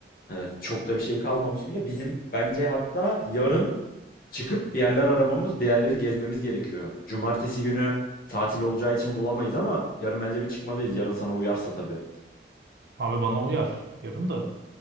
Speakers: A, on the left; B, on the right.
A: Evet, çok da bir şey kalmamış bile. Bizim bence hatta yarın çıkıp bir yerler aramamız, bir yerleri gezmemiz gerekiyor. Cumartesi günü tatil olacağı için bulamayız ama yarın bence bir çıkmalıyız. Yarın sana uyarsa tabii.
B: Abi bana uyar. Yarın da.